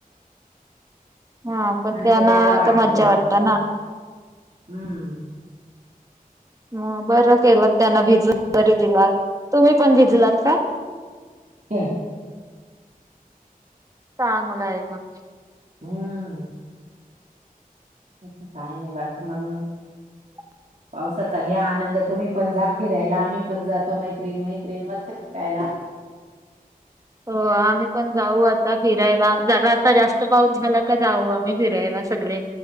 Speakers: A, on the right (about 20°); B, on the right (about 60°).
A: हा पण
B: आनंद
A: त्यांना
B: वेगळा वाटतो
A: तर मज्जा
B: मुलांना
A: वाटत ना.
B: हम्म.
A: मग बरं केलं त्यांना भिजून तरी दिलात तुम्ही पण भिजलात का?
B: हम.
A: चांगलं आहे मग.
B: हम्. आणखी काही नाही बाकी मग.
A: <unintelligible>
B: पावसाचा घ्या आनंद तुम्ही पण जा फिरायला आम्ही पण जातो मैत्रिणी मैत्रिणी मस्त फिरायला.
A: हो आम्ही पण जाऊ आता फिर फिरायला जरा आता जास्त पाऊस झाला का जाऊ आम्ही फिरायला सगळे.